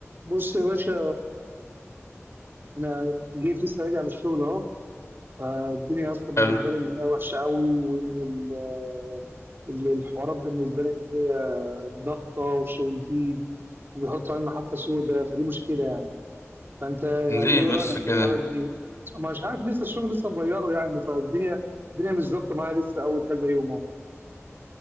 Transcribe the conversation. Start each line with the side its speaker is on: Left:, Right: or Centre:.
Right: بص يا باشا انا جيت لسه راجع من الشغل اهو فالدنيا اصلا بالنسبه
Left: حلو
Right: لي ان هي وحشه قوي وان ال- ال- الحوارات بالنسبه لي ان هي ضغطه وشغل جديد وبيحطوا علينا محطه سوداء فدي مشكله يعني فانت يعني
Left: ليه
Right: ايه
Left: بس
Right: رايك
Left: كده
Right: في الحوارات دي؟ ما مش عارف لسه الشغل لسه مغيره يعني فالدنيا الدنيا مش ظابطه معايا لسه اول كذا يوم اهو